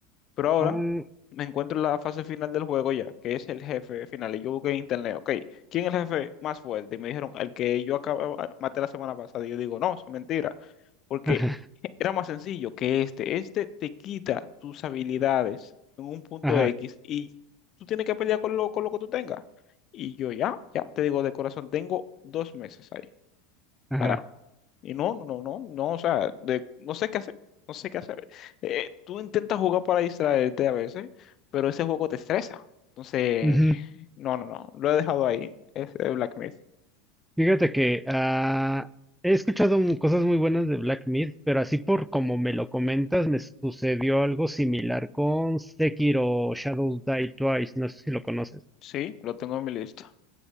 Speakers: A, on the left; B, in the centre.
A: Pero ahora
B: Mm,
A: me encuentro en la fase final del juego ya, que es el jefe final. Y yo busqué en internet, ok, ¿quién es el jefe más fuerte? Y me dijeron, el que yo acababa, maté la semana pasada. Y yo digo, no, es mentira, porque
B: <laughs>
A: era más sencillo que este. Este te quita tus habilidades en un punto
B: ajá,
A: X y tú tienes que pelear con lo, con lo que tú tengas. Y yo ya, ya, te digo de corazón, tengo dos meses ahí.
B: ajá,
A: para
B: ajá.
A: y no, no, no, no, no, o sea, de- no sé qué hacer, no sé qué hacer. Eh, tú intentas jugar para distraerte a veces, pero ese juego te estresa. Entonces,
B: ujú.
A: no, no, no, lo he dejado ahí, ese de Black Myth.
B: Fíjate que ah, he escuchado mm, cosas muy buenas de Black Myth, pero así por como me lo comentas, me sucedió algo similar con Sekiro Shadows Die Twice. No sé si lo conoces.
A: Sí, lo tengo en mi lista.